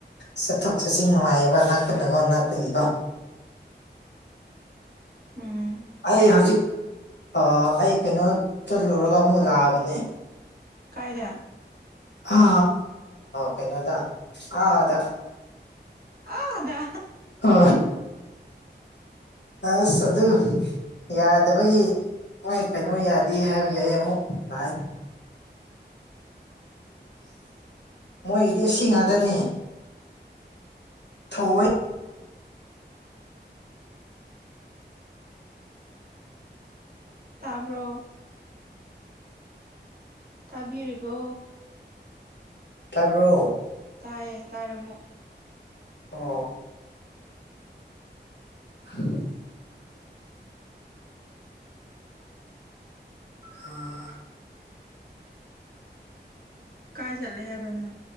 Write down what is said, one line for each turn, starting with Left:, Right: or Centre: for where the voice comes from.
Left: ꯆꯠꯊꯣꯛ ꯆꯠꯁꯤꯟ ꯅꯨꯡꯉꯥꯏꯌꯦꯕ ꯅꯛꯄꯅꯀꯣ ꯅꯛꯄꯒꯤꯀꯣ
Right: ꯎꯝ
Left: ꯑꯩ ꯍꯧꯖꯤꯛ ꯑ ꯑꯩ ꯀꯩꯅꯣ ꯆꯠꯂꯨꯔꯒ ꯑꯃꯨꯛ ꯂꯥꯛꯑꯕꯅꯦ
Right: ꯀꯥꯏꯗ
Left: ꯑ ꯀꯩꯅꯣꯗ ꯑ ꯑꯗ
Right: ꯑꯗ
Left: ꯑ ꯑꯁ ꯑꯗꯨ ꯌꯥꯗꯕꯩ ꯃꯣꯏ ꯀꯩꯅꯣ ꯌꯥꯗꯦ ꯍꯥꯏꯕꯒꯤ ꯑꯩ ꯑꯃꯨꯛ ꯂꯥꯛꯑꯦ ꯃꯣꯏꯒꯤꯗꯤ ꯁꯤ ꯉꯥꯗꯅꯤ ꯊꯋꯣꯏ
Right: ꯇꯥꯕ꯭ꯔꯣ ꯇꯥꯕꯤꯔꯤꯕꯣ
Left: ꯇꯥꯕ꯭ꯔꯣ
Right: ꯇꯥꯏꯌꯦ ꯇꯥꯔꯦ ꯑꯃꯨꯛ
Left: ꯑꯣ <inaudible> ꯑ
Right: ꯀꯥꯏ ꯆꯠꯂꯦ ꯍꯥꯏꯕ ꯅꯪ